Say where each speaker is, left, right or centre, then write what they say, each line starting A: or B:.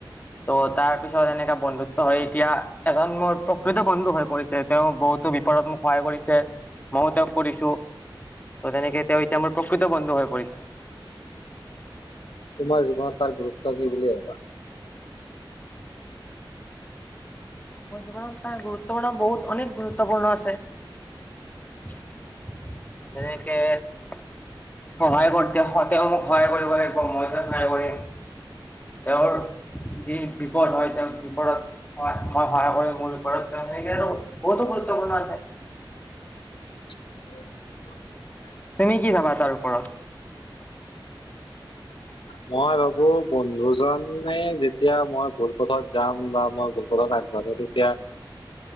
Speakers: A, on the left; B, on the left.
A: ত'- তাৰ পিছত এনেককাা বন্ধুত্ব হয় এতিয়া। এজন মোৰ প্ৰকৃত বন্ধু হয়,। পৰিছে তেওঁ বহুতো- ওপৰত মোক সহায় কৰিছে মইো তেওঁক কৰিছো ত তেনেকে তেওঁ এতিয়া মোৰ প্ৰকৃত বন্ধ হৈ পৰিছে
B: তোমাৰ জীৱনত তাৰ গুৰুত্ব কি বুলি ভাবিবা?
A: মোৰ জীৱনত তাৰ গুৰুত্বপূৰ্ণ বহুত অনেক গুৰুত্বপূৰ্ণ আছে। যেনেকে, সহায়কৰ তেওঁ সহা তেওঁ মোক সহায় কৰিব লাগিব মই তেওঁক সহায় কৰিম। তেওঁৰ যি বিপদ হয় তেওঁ বিপদত মই সহায় কৰি মোৰ বিপদৰত তেওঁ সেকে আৰু বহুতো গুৰুত্বপূৰ্ণ আছে।
B: <unintelligible>
A: তুমি কি ভাবা তাৰ ওপৰত?
B: মই ভাবো বন্ধুজনে যেতিয়া মই ভুলপথত যাম বা মই ভুলপথত আগবাঢ়ো তেতিয়া